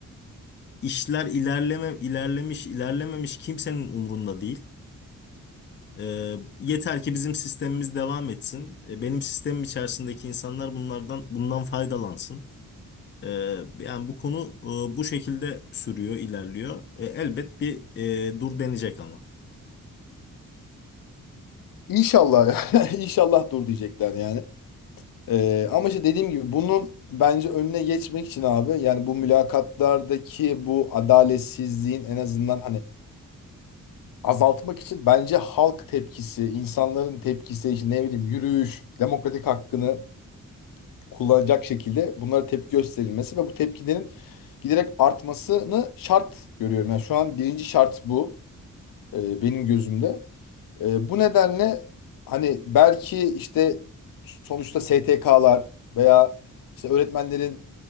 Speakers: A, on the left; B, on the left.
A: işler ilerleme ilerlemiş ilerlememiş kimsenin umrunda değil. Ee, yeter ki bizim sistemimiz devam etsin. Ee, benim sistemim içerisindeki insanlar bunlardan bundan faydalansın. Ee, yani bu konu e, bu şekilde sürüyor, ilerliyor. E, elbet bir e, dur denecek ama.
B: İnşallah <laughs> ya. İnşallah dur diyecekler yani. Ee, ama işte dediğim gibi bunun bence önüne geçmek için abi yani bu mülakatlardaki bu adaletsizliğin en azından hani azaltmak için bence halk tepkisi, insanların tepkisi işte ne bileyim yürüyüş, demokratik hakkını kullanacak şekilde bunlara tepki gösterilmesi ve bu tepkilerin giderek artmasını şart görüyorum. Yani şu an birinci şart bu e, benim gözümde. E, bu nedenle hani belki işte sonuçta STK'lar veya işte öğretmenlerin